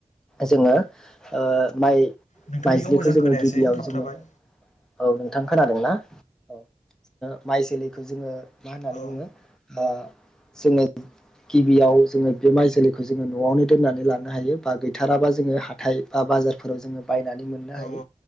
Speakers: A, in the centre; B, on the left.
A: जोङो ओ माइ
B: नोंथांनिखौ
A: माइज्लिखौ
B: मोजां
A: जोङो
B: खोनायासै
A: गिबियाव
B: थाबथाबाय
A: जोङो औ नोंथां खोनादोंना औ ओ माइ जोलैखौ जोङो मा होननानै
B: औ
A: बुङो ओ जोंनो गिबियाव जोङो बे माइ जोलैखौ जोङो न'आवनो दोननानै लानो हायो बा गैथाराबा जोङो हाथाय बा बाजा जार फोराव बायनानै मोननो
B: औ
A: हायो